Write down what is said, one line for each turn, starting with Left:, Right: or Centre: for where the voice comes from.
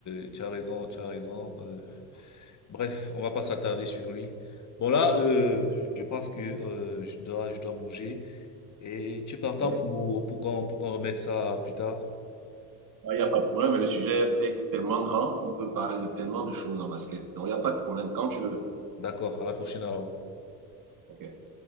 Left: euh, tu as raison, tu as raison. euh. bref, on va pas s'attarder sur lui. Bon là, euh, je pense que euh, je dois, je dois bouger. Et tu es partant
Right: Ouais,
Left: pour pour qu'on pour qu'on remette ça plus tard.
Right: Il n'y a pas de problème, mais le sujet est tellement grand, on peut parler de tellement de choses en basket. Donc, il n'y a pas de problème quand tu veux.
Left: D'accord, à la prochaine alors.
Right: Ok.